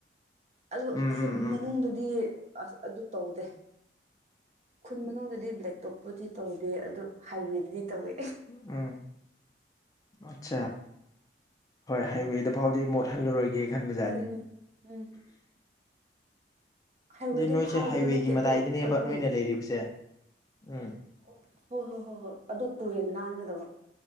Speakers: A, on the right; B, on the left.
A: ꯑꯣ
B: ꯎꯝ
A: ꯈꯨꯟ
B: ꯎꯝ
A: ꯃꯅꯨꯡꯗꯗꯤ ꯑꯁ ꯑꯗꯨ ꯇꯧꯗꯦ ꯈꯨꯟ ꯃꯅꯨꯡꯗꯗꯤ ꯕ꯭ꯂꯦꯛꯛꯇꯣꯞꯄꯨꯗꯤ ꯇꯧꯗꯦ ꯑꯗꯨ ꯍꯥꯏꯋꯦꯗꯗꯤ ꯇꯧꯋꯦ
B: ꯎꯝ ꯑꯠ ꯍꯣꯏ ꯍꯥꯏꯋꯦꯗ ꯐꯥꯎꯗꯤ ꯃꯣꯠꯍꯜꯂꯨꯔꯣꯏꯒꯦ ꯈꯟꯕꯖꯥꯅꯤ
A: ꯈꯨꯟ ꯎꯝ ꯍꯥꯏꯋꯦꯗꯣ
B: ꯁꯤ ꯅꯣꯏꯁꯦ
A: ꯐꯥꯎꯕꯗꯤ
B: ꯍꯥꯏꯋꯦꯒꯤ
A: ꯅꯠꯇꯦ ꯑꯗꯨ
B: ꯃꯇꯗꯥꯏꯗꯅꯦꯕ
A: ꯑꯗꯨꯝ
B: ꯅꯣꯏꯅ ꯂꯩꯔꯤꯕꯁꯦ ꯎꯝ
A: ꯑꯣ ꯍꯣꯏ ꯍꯣꯏ ꯍꯣꯏ ꯍꯣꯏ ꯑꯗꯨ ꯇꯨꯔꯦꯟ ꯂꯥꯟ ꯗꯨꯒ